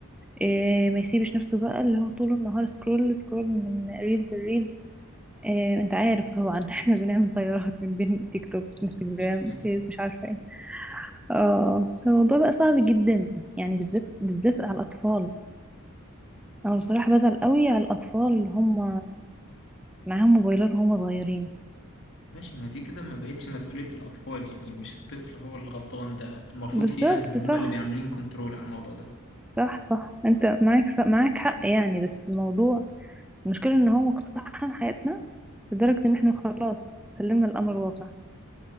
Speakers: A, in the centre; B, on the left.
A: آه، ما يسيبش نفسه بقى اللي هو طول النهار سكرول سكرول من ريلز لريلز آه، انت عارف طبعا <laughs> احنا بنعمل طيارات من بين تيك توك انستجرام
B: اكيد يعني
A: فيس مش عارفه ايه اه آه. فالموضوع بقى صعب جدا يعني بالذات بالذات على الاطفال انا بصراحة بزعل قوي على الاطفال اللي هم معاهم موبايلات وهم صغيرين
B: ماشي ما دي كده ما بقتش مسؤولية الاطفال يعني مش الطفل هو اللي غلطان ده المفروض
A: بالظبط
B: في اهل هم
A: صح
B: اللي بيعملين كنترول على الموضوع ده
A: صح صح انت معاك صح معاك حق يعني بس الموضوع المشكلة ان هو مقتحم حياتنا لدرجة ان احنا خلاص سلمنا الامر الواقع